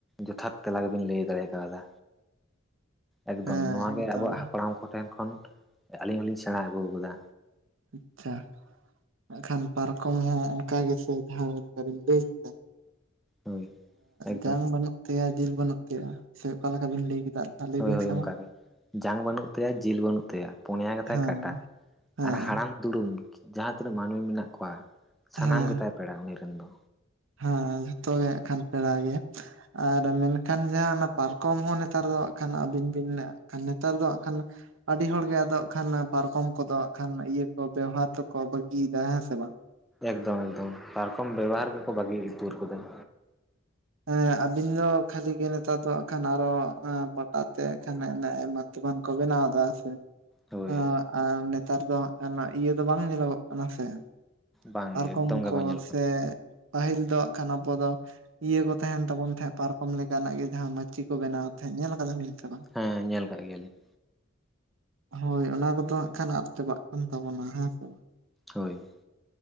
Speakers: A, in the centre; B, on the right.
A: ᱡᱚᱛᱷᱟᱛ ᱛᱮᱞᱟ ᱜᱮᱵᱤᱱ ᱞᱟᱹᱭ ᱫᱟᱲᱮ ᱠᱟᱣᱫᱟ ᱮᱠᱫᱚᱢ
B: ᱦᱮᱸ
A: ᱱᱚᱣᱟ
B: ᱮᱠᱫᱚᱢ
A: ᱜᱮ ᱟᱵᱚᱣᱟᱜ ᱦᱟᱯᱲᱟᱢ ᱠᱚᱴᱷᱮᱱ ᱠᱷᱚᱱ ᱟᱹᱞᱤᱧ ᱦᱚᱞᱤᱧ ᱥᱮᱬᱟ ᱟᱹᱜᱩ ᱟᱠᱟᱫᱟ
B: ᱟᱪᱪᱷᱟ ᱮᱠᱷᱟᱱ ᱯᱟᱨᱠᱚᱢ ᱦᱚᱸ ᱚᱱᱠᱟ ᱜᱮᱥᱮ ᱡᱟᱦᱟᱸ ᱚᱱᱠᱟᱞᱤᱱ ᱞᱟᱹᱭ ᱠᱮᱫᱟ
A: ᱦᱳᱭ ᱮᱠᱫᱚᱢ
B: ᱡᱟᱝ ᱵᱟᱹᱱᱩᱜ ᱛᱟᱭᱟ ᱡᱤᱞ ᱵᱟᱹᱱᱩᱜ ᱛᱟᱭᱟ ᱥᱮ ᱚᱠᱟ ᱞᱮᱠᱟ ᱵᱤᱱ ᱞᱟᱹᱭ ᱠᱮᱫᱟ ᱟᱨ ᱞᱟᱹᱭ
A: ᱦᱳᱭ
B: ᱵᱤᱱ
A: ᱦᱳᱭ
B: ᱥᱮ
A: ᱚᱱᱠᱟ
B: ᱢᱟ
A: ᱜᱮ ᱡᱟᱝ ᱵᱟᱹᱱᱩᱜ ᱛᱟᱭᱟ ᱡᱤᱞ ᱵᱟᱹᱱᱩᱜ ᱛᱟᱭᱟ ᱯᱳᱱᱮᱭᱟ ᱜᱮᱛᱟᱭ
B: ᱦᱮᱸ
A: ᱠᱟᱴᱟ
B: ᱦᱮᱸ
A: ᱟᱨ ᱦᱟᱲᱟᱢ ᱫᱩᱲᱩᱢ ᱡᱟᱦᱟᱸ ᱛᱤᱱᱟᱹᱜ ᱢᱟᱹᱱᱢᱤ ᱢᱮᱱᱟᱜ ᱠᱚᱣᱟ ᱥᱟᱱᱟᱢ
B: ᱦᱮᱸ
A: ᱜᱮᱛᱟᱭ ᱯᱮᱲᱟ ᱩᱱᱤ ᱨᱤᱱ ᱫᱚ
B: ᱦᱮᱸ ᱡᱷᱚᱛᱚ ᱜᱮ ᱦᱟᱸᱜ ᱠᱷᱟᱱ ᱯᱮᱲᱟ ᱜᱮ ᱟᱨ ᱢᱮᱱᱠᱷᱟᱱ ᱡᱟᱦᱟᱸ ᱚᱱᱟ ᱯᱟᱨᱠᱚᱢ ᱦᱚᱸ ᱱᱮᱛᱟᱨ ᱫᱚ ᱦᱟᱸᱜ ᱠᱷᱟᱱ ᱟᱹᱵᱤᱱ ᱵᱤᱱ ᱱᱮᱛᱟᱨ ᱫᱚ ᱦᱟᱸᱜ ᱠᱷᱟᱱ ᱟᱹᱰᱤ ᱦᱚᱲᱜᱮ ᱟᱫᱚ ᱠᱷᱟᱱ ᱯᱟᱨᱠᱚᱢ ᱠᱚᱫᱚ ᱠᱷᱟᱱ ᱤᱭᱟᱹ ᱠᱚ ᱵᱮᱣᱦᱟᱨ ᱫᱚᱠᱚ ᱵᱟᱹᱜᱤᱭᱮᱫᱟ ᱦᱮᱸ ᱥᱮ ᱵᱟᱝ
A: ᱮᱠᱫᱚᱢ ᱮᱠᱫᱚᱢ ᱯᱟᱨᱠᱚᱢ ᱵᱮᱵᱚᱦᱟᱨ ᱜᱮᱠᱚ ᱵᱟᱹᱜᱤ ᱩᱛᱟᱹᱨ ᱟᱠᱟᱫᱟ
B: ᱦᱮᱸ ᱟᱵᱤᱱ ᱫᱚ ᱠᱷᱟᱹᱞᱤ ᱜᱮ ᱱᱮᱛᱟᱨ ᱫᱚ ᱠᱷᱟᱱ ᱟᱨᱚ ᱯᱟᱴᱟ ᱛᱮ ᱮᱢᱟᱱ ᱢᱟᱱ ᱠᱚ ᱵᱮᱱᱟᱣ ᱫᱟ ᱥᱮ
A: ᱦᱳᱭ
B: ᱟᱸ ᱟᱨ ᱱᱮᱛᱟᱨ ᱫᱚ ᱦᱟᱸᱜ ᱠᱷᱟᱱ ᱤᱭᱟᱹ ᱫᱚ ᱵᱟᱝ ᱧᱮᱞᱚᱜᱚ ᱠᱟᱱᱟ ᱥᱮ
A: ᱵᱟᱝᱜᱮ
B: ᱯᱟᱨᱠᱚᱢ
A: ᱮᱠᱫᱚᱢ ᱜᱮ
B: ᱠᱚ
A: ᱵᱟᱝ ᱧᱮᱞᱚᱜ
B: ᱥᱮ
A: ᱠᱟᱱᱟ
B: ᱯᱟᱹᱦᱤᱞ ᱫᱚ ᱠᱷᱟᱱ ᱟᱵᱚ ᱫᱚ ᱤᱭᱟᱹ ᱠᱚ ᱛᱟᱦᱮᱱ ᱛᱟᱵᱚᱱ ᱛᱟᱦᱮᱸᱜ ᱯᱟᱨᱠᱚᱢ ᱞᱮᱠᱟᱱᱟᱜ ᱜᱮ ᱡᱟᱦᱟᱸ ᱢᱟᱹᱪᱤ ᱠᱚ ᱵᱮᱱᱟᱣ ᱛᱟᱦᱮᱸᱫ ᱧᱮᱞ ᱟᱠᱟᱫᱟ ᱵᱤᱱ ᱵᱟᱝ
A: ᱦᱮᱸ ᱧᱮᱞ ᱠᱟᱜ ᱜᱮᱭᱟ ᱞᱤᱧ
B: ᱦᱳᱭ ᱚᱱᱟ ᱠᱚᱫᱚ ᱦᱟᱸᱜ ᱠᱷᱟᱱ ᱟᱫ ᱪᱟᱵᱟᱜ ᱠᱟᱱ ᱛᱟᱵᱚᱱᱟ ᱦᱮᱸ ᱥᱮ
A: ᱦᱳᱭ